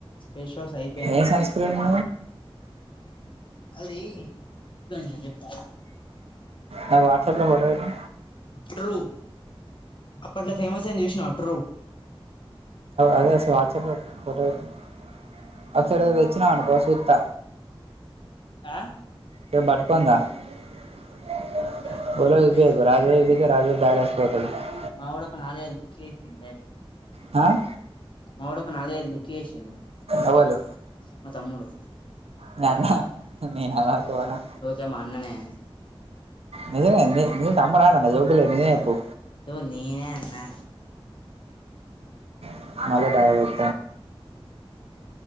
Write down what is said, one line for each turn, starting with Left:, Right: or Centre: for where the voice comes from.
Left: ఫేస్వాష్ అయి
Right: ఎ సన్స్క్రీము
Left: అరే ఒక్క నిమిషం చెప్త
Right: నాకు వాట్సప్లో ఫోటోపెట్టు
Left: ట్రూ అప్పట్లో ఫేమస్ ఐంది చూస్నవ ట్రూ
Right: అదే అసలు వాటాసప్లో ఫోటో పెట్టు అది సరిగ తెచ్చినావనుకో సుత్తా
Left: ఆ
Right: ఇక పట్కొని దా <unintelligible>
Left: దానికి రెండు ఉన్నాయి మావోడు ఒక నాలుగైదు బుక్ జేసిండు డైరెక్ట్
Right: అ
Left: మావోడు ఒక నాలుగైదు బుక్ జేసిండు.
Right: ఎవలు
Left: మా తమ్ముడు
Right: మీ అన్న మీఅవ గోరం
Left: ఓజో మా అన్ననే అని
Right: నిజంమేంది నువు తమ్ముడాఅన్న న జోకులేయకు నిజం జెప్పు
Left: ఓర్ నేనే అన్నా
Right: <inaudible> నువ్వు